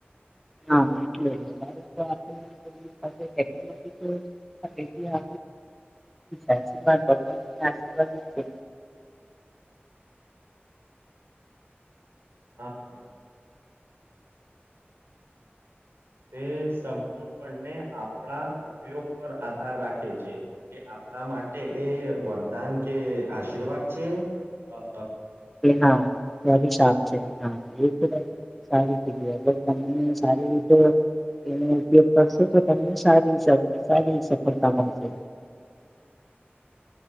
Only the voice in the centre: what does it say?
હા, એટલે <inaudible> એટલે આપણેે <inaudible> આશીર્વાદ ભગવાનને આશીર્વાદ જ છે.
કે હા અભિશાપ છે, હા, એતો તમે સારું કીધું તમને સારી રીતે એનો ઉપયોગ કરશો, તો તમને સારી સાર સારી સફળતા મળશે.